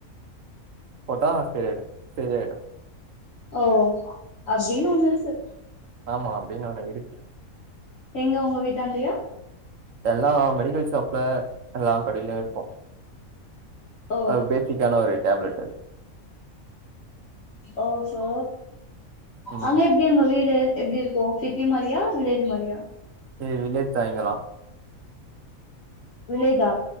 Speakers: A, on the right (about 70°); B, on the left (about 70°).
A: போட்டா சரியாயிடு சேரியாயிடு
B: ஓ அப்பிடின் ஒண்ணு இருக்கு
A: ஆமா அப்பிடின் ஒன்னு இருக்கு
B: எங்க உங்க வீட்டான்டையா
A: எல்லா மெடிக்கல் ஷாப்ல எல்லா கடையிலியு இருக்கு
B: ஓ
A: அது ஃபேசிக்கான ஒரு டேப்லெட்
B: ஓ ஓஹோ
A: ம்
B: அங்க எப்பிடி உங்க வீடு எப்பிடிருக்கு சிட்டி மாரியா வில்லேஜ் மாரியா
A: எ வில்லேஜ்தா இங்கெல்லா
B: வில்லேஜா